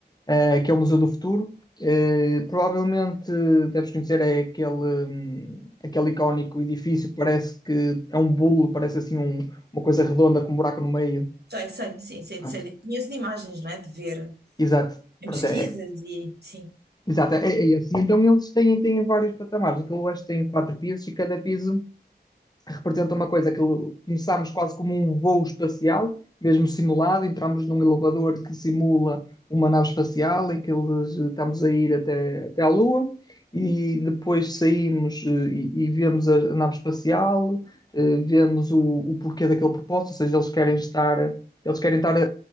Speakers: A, on the left (about 25°); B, on the right (about 70°).
A: eh, que é o Museu do Futuro. Eh, provavelmente deves conhecer é aquele, hum, aquele icónico edifício que parece que é um bolo, parece assim um- uma coisa redonda com um buraco no meio.
B: Sei, sei, sim, sim,
A: Pronto,
B: sei, conheço de imagens, não é? De ver
A: exato.
B: em
A: Pronto,
B: pesquisas
A: é,
B: e sim.
A: exato, é, é esse. Então eles têm, têm vários patamares. Aquilo acho que tem quatro pisos e cada piso. representa uma coisa que começámos quase como um voo espacial, mesmo simulado, entramos num elevador que simula uma nave espacial em que eles eh, estamos a ir até, até à Lua e depois saímos eh, e, e vemos a, a nave espacial, eh, vemos o, o porquê daquele propósito, ou seja, eles querem estar, eles querem estar a,